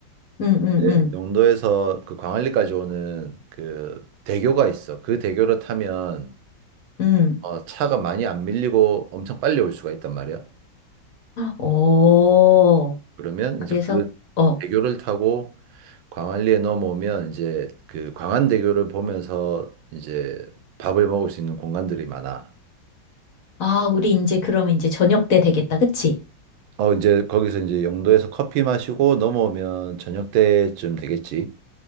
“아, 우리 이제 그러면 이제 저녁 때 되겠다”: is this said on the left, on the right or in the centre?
Left